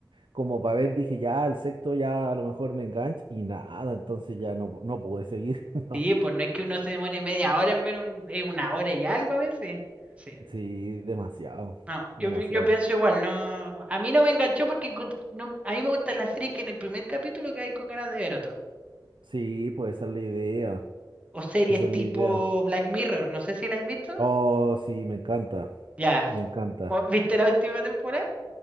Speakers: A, on the right (about 85°); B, on the right (about 15°).
A: Como para ver, dije, ya, el sexto ya a lo mejor me engancho. Y nada, entonces ya no, no pude seguir. <laughs> No.
B: Sí, pues no es que uno se demore media hora en ver un, eh, una hora y algo a veces. Sí.
A: Sí, demasiado.
B: No, yo,
A: Demasiado.
B: pi- yo pienso igual, no. A mí no me enganchó porque encont- no- a mí me gustan las series que en el primer capítulo que hay con ganas de ver otro.
A: Sí, pues esa es la idea.
B: o series
A: Esa es la
B: tipo
A: idea.
B: Black Mirror, no sé si la habéis visto.
A: Oh, sí, me encanta.
B: Ya,
A: Me encanta.
B: ¿o- ¿viste la última temporada?